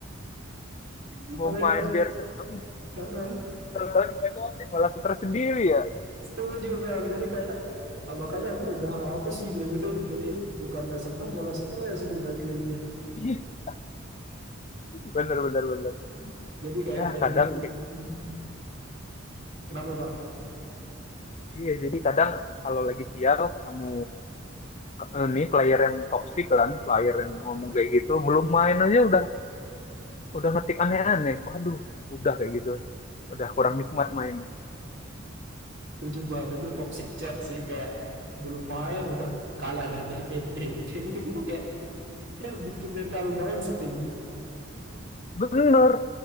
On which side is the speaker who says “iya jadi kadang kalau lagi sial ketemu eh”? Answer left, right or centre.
Left